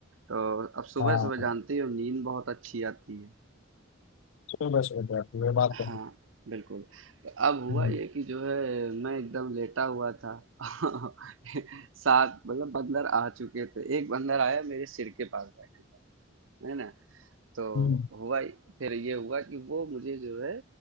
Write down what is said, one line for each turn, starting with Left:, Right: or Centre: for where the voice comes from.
Right: तो अब सुबह
Left: हाँ
Right: सुबह जानते ही हो नींद बहुत अच्छी आती है
Left: सुबह सुबह जाती है बात
Right: हाँ
Left: तो है।
Right: बिल्कुल तो अब हुआ
Left: हम्म,
Right: ये कि जो है मैं एकदम लेटा हुआ था <laughs> सात मतलब बंदर आ चुके थे एक बंदर आया मेरे सिर के पास बैठ गया है ना तो
Left: हम्म,
Right: हुआ फिर ये हुआ कि वो मुझे जो है